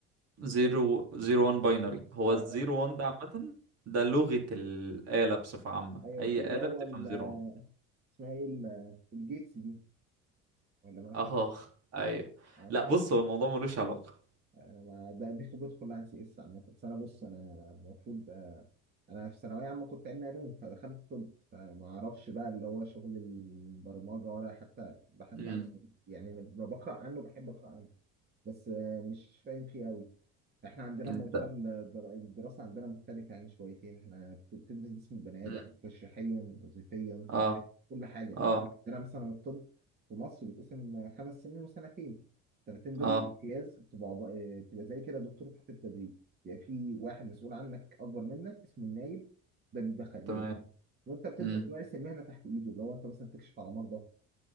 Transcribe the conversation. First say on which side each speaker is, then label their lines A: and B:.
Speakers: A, on the right (about 35°); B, on the right (about 55°).
A: اللي
B: زيرو
A: هو-
B: زيرو وان باينري هو
A: آه
B: الزيرو وان ده عامة ده لغة الآلة بصفة عامة
A: ايوه
B: أي
A: في اللي
B: آلة
A: هو
B: بتفهم
A: ال-
B: زيرو وان
A: اسمها ايه ال- الجيتس دي ولا مالهاش
B: اه
A: علاقة؟
B: أيوه
A: أنا بس
B: لا
A: انا
B: بص هو الموضوع ملوش علاقة
A: أنا ما ده دي خبرتي كلها عن سي اس عامة بس انا بص انا المفروض آه، انا في ثانوية عامة كنت علمي علوم فدخلت طب فما اعرفش بقى اللي هو شغل البرمجة ولا حتى بحثت
B: امم
A: عنه يعني لما بقرأ عنه بحب اقرأ عنه بس آه، مش فاهم فيه قوي احنا عندنا
B: أنت
A: موضوع الدرا- الدراسة عندنا مختلفة يعني شويتين احنا بت- بتدرس جسم البني آدم
B: امم
A: تشريحيا وظيفيا
B: اه
A: كل حاجة يعني
B: اه
A: عندنا مثلا الطب في مصر بيتقسم خمس سنين وسنتين السنتين دول
B: اه
A: الامتياز بتبقى عب- اه، بتبقى زي كده دكتور تحت التدريب بيبقى في واحد مسؤول عنك أكبر منك اسمه النايب ده بيبقى خريج
B: تمام
A: وانت بتبدأ
B: امم
A: تمارس المهنة تحت ايده اللي هو انت مثلا تكشف على مرضى